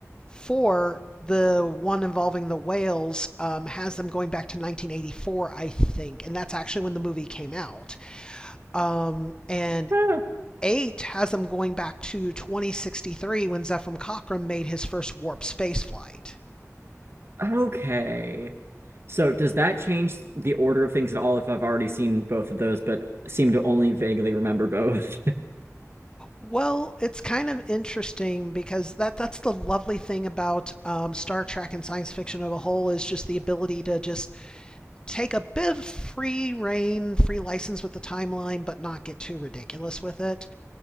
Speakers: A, on the left; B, on the right.
A: four, the one involving the whales, um, has them going back to 1984, I think, and that's actually when the movie came out. Um, and
B: <laughs>
A: eight has them going back to 2063 when Zephram Cochrane made his first warp space flight.
B: Okay. So does that change the order of things at all if I've already seen both of those, but seem to only vaguely remember both?
A: Well, it's kind of interesting because that that's the lovely thing about um, Star Trek and science fiction of a whole is just the ability to just take a bit of free reign, free license with the timeline, but not get too ridiculous with it.